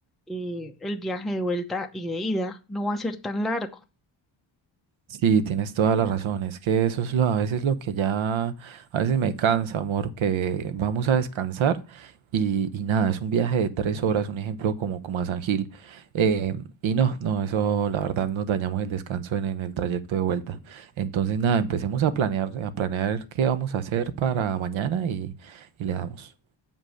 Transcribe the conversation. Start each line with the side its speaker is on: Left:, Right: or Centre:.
Centre: eh, el viaje de vuelta y de ida no va a ser tan largo.
Right: Sí, tienes toda la razón. Es que eso es lo, a veces lo que ya, a veces me cansa, amor, que vamos a descansar y, y nada, es un viaje de tres horas, un ejemplo como, como a San Gil. eh, y no, no, eso la verdad nos dañamos el descanso en, en el trayecto de vuelta. Entonces nada, empecemos a planear, a planear qué vamos a hacer para mañana y, y le damos.